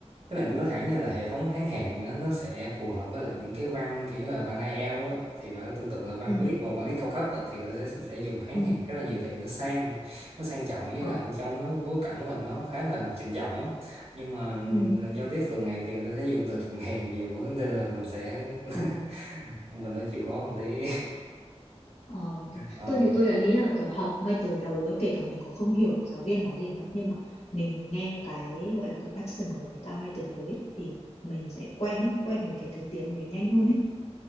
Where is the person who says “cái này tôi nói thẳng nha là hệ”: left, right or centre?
Right